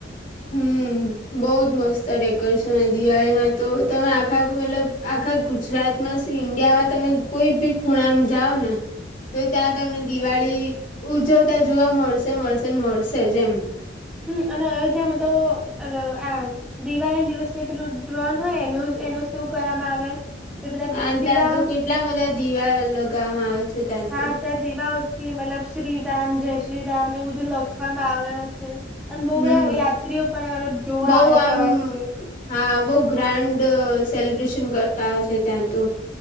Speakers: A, on the left; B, in the centre.
A: હમ બોવ જ મસ્ત આ ડેકોરેશન હોય, દિવાળીમાં તો તમે આખાખ મતલબ આખા ગુજરાતમાં શું ઈન્ડિયામાં તમે કોઈ બી ખૂણામાં જાઓ ને તો ત્યાં તમને દિવાળી ઉજવતા જોવા મળશે મળશે મળશે જ જેમ
B: હમ અને અયોધ્યામાં તો આ દિવાળને દિવસ પેલું ડ્રોન હોય, એનો એનો શો કરવામાં આવે એ બધા
A: અને ત્યાં
B: દીવા
A: તો કેટલા બધા દીવા લગાવવામાં આવે છે ત્યાં
B: હા
A: તો
B: ત્યાં દીવાઓથી મતલબ શ્રીરામ, જય શ્રી રામ એવું બધું લખવામાં આવે છે. અને બહુ
A: હમ
B: બધા યાત્રીઓ પણ મલબ જોવા
A: બઉ
B: આવે
A: આમ
B: પ્રવાસીઓ
A: હા બઉ ગ્રાન્ડ સેલિબ્રેશન કરતા હોય છે. ત્યાં તો